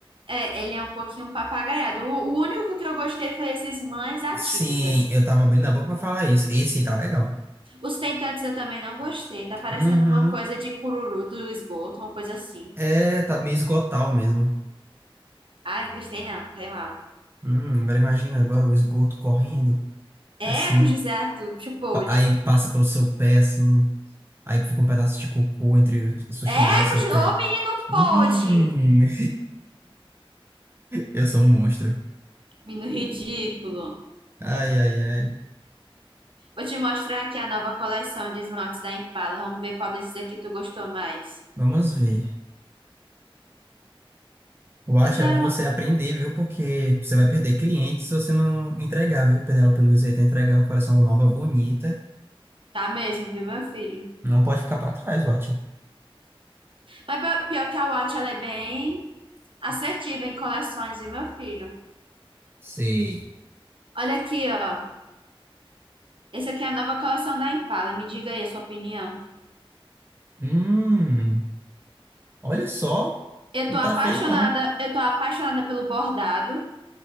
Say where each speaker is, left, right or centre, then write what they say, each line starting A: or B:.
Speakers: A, on the right; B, on the right.
A: É, ele é um pouquinho papagaiado. O, o único que eu gostei foi esses mães atípicas.
B: Sim, eu tava abrindo a boca pra falar isso. Esse tá legal.
A: Os tentantes eu também não gostei. Tá parecendo
B: Uhum.
A: uma coisa de cururu do esgoto, uma coisa assim.
B: É, tá meio esgotal mesmo.
A: Ai, não gostei não, tá mal.
B: Hum, agora imagina agora o esgoto correndo,
A: Eco,
B: assim,
A: José Arthur, bicho pôde.
B: pa- aí passa pelo seu pé, assim, aí fica um pedaço de cocô entre o seu
A: Eco,
B: chinelo e seu
A: Ju-
B: pé.
A: ô menino
B: Hum,
A: pôde.
B: <laughs> eu sou um monstro.
A: Menino ridículo.
B: Ai, ai, ai.
A: Vou te mostrar aqui a nova coleção de esmaltes da Impala. Vamos ver qual desses aqui tu gostou mais.
B: Vamos ver. Eu acho
A: Eu quero
B: que é bom
A: uma...
B: você aprender, viu? Porque você vai perder clientes se você não entregar, viu? Penélope Luiz aí tá entregando uma coleção nova, bonita.
A: Tá mesmo, viu, meu filho?
B: Não pode ficar pra trás, Watcha.
A: Mas pi- pior que a Watch, ela é bem assertiva em coleções, viu, meu filho?
B: Sei.
A: Olha aqui, ó. Esse aqui é a nova coleção da Impala. Me diga aí a sua opinião.
B: Hum, olha só.
A: Eu
B: Não
A: tô apaixonada,
B: tá feio, não.
A: eu tô apaixonada pelo bordado,